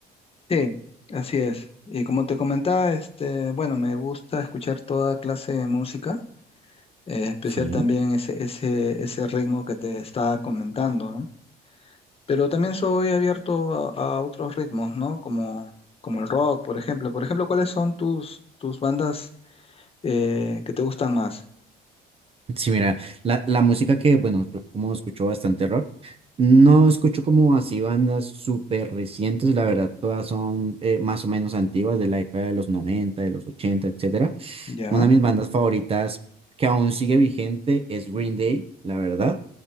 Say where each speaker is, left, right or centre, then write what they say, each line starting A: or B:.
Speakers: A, on the left; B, on the right.
A: Sí, así es. Y como te comentaba, este, bueno, me gusta escuchar toda clase de música, eh, especial
B: Sí.
A: también ese, ese, ese ritmo que te estaba comentando, ¿no? Pero también soy abierto a, a otros ritmos, ¿no? Como, como el rock, por ejemplo. Por ejemplo, ¿cuáles son tus, tus bandas eh, que te gustan más?
B: Sí, mira, la, la música que, bueno, yo como escucho bastante rock, no escucho como así bandas súper recientes, la verdad, todas son eh, más o menos antiguas de la década de los 90, de los 80, etcétera.
A: Ya,
B: Una de mis bandas favoritas que aún sigue vigente es Green Day, la verdad.